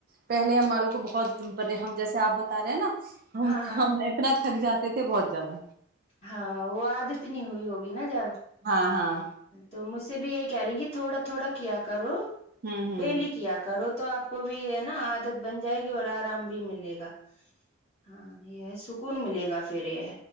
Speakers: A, on the right (about 45°); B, on the left (about 30°).
A: پہلے ہماروں کو بہت ہم جیسے آپ بتا رہے ہیں نا ہم
B: ہاں ہاں
A: ہم اتنا تھک جاتا تھے بہت زیادہ
B: ہاں وہ آد اتنی ہوئی ہوگی نا جب
A: ہاں ہاں
B: تو مجھ سے بھی یہی کہہ رہی ہیں کہ تھوڑا تھوڑا کیا کرو
A: ہوں ہوں
B: ڈیلی کیا کرو تو آپ کو بھی یہ ہے نا عادت بن جائے گی اور آرام بھی ملے گا ہاں یہ سکون ملے گا پھر یہ